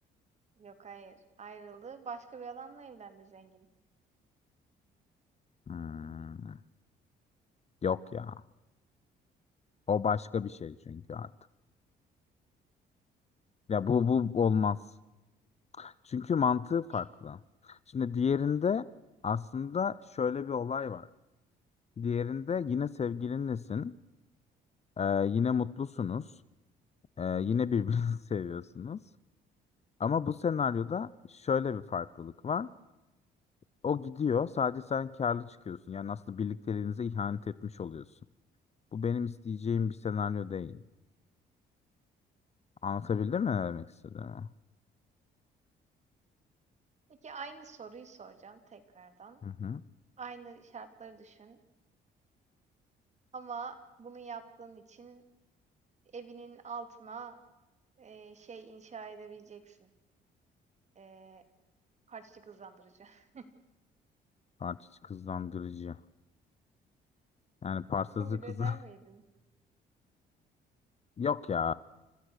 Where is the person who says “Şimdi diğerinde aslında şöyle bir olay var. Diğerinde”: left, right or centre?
Left